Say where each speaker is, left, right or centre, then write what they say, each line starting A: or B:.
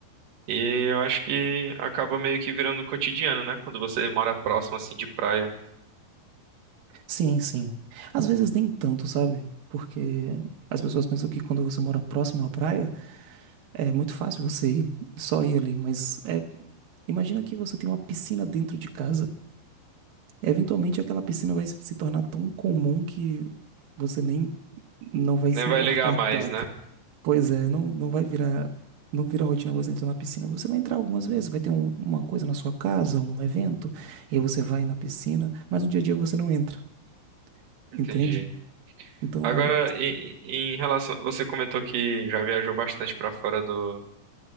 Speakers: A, on the right (about 60°); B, on the right (about 80°).
A: E eu acho que acaba meio que virando cotidiano, né? Quando você mora próximo assim de praia,
B: Sim, sim. Às vezes nem tanto, sabe? Porque as pessoas pensam que quando você mora próximo à praia, É muito fácil você só ir ali, mas é, imagina que você tem uma piscina dentro de casa. Eventualmente aquela piscina vai se tornar tão comum que você nem não vai
A: nem
B: se
A: vai
B: importar
A: ligar mais,
B: tanto.
A: né?
B: Pois é, não, não vai virar, não vira rotina você entrar na piscina. Você vai entrar algumas vezes, vai ter um- uma coisa na sua casa, um evento, e aí você vai na piscina, mas no dia a dia você não entra,
A: Entendi.
B: entende? Então,
A: Agora, e- e em relação, você comentou que já viajou bastante pra fora do,